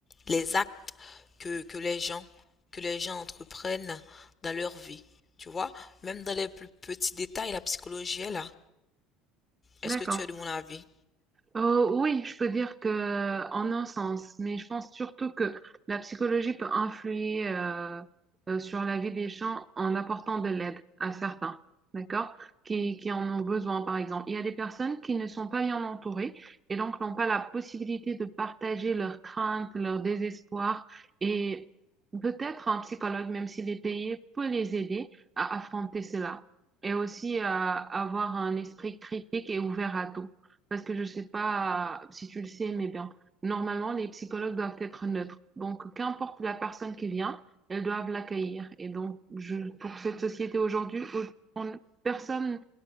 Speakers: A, on the left; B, on the right.
A: les actes que, que les gens, que les gens entreprennent dans leur vie. Tu vois, même dans les plus petits détails, la psychologie est là.
B: D'accord.
A: Est-ce que tu es de mon avis?
B: Euh, oui, je peux dire que en un sens, mais je pense surtout que la psychologie peut influer euh, euh, sur la vie des gens en apportant de l'aide à certains, d'accord, qui, qui en ont besoin, par exemple. Il y a des personnes qui ne sont pas bien entourées et donc n'ont pas la possibilité de partager leurs craintes, leur désespoir et peut-être un psychologue, même s'il est payé, peut les aider à affronter cela et aussi à avoir un esprit critique et ouvert à tout. Parce que je ne sais pas si tu le sais, mais bien, normalement, les psychologues doivent être neutres. Donc, qu'importe la personne qui vient, elles doivent l'accueillir. Et donc, je, pour cette société aujourd'hui, où on- personne